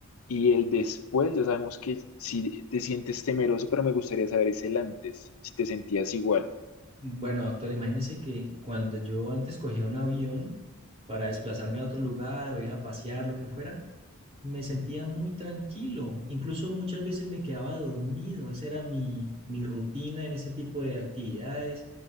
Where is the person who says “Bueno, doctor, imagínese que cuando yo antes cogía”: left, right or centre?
Right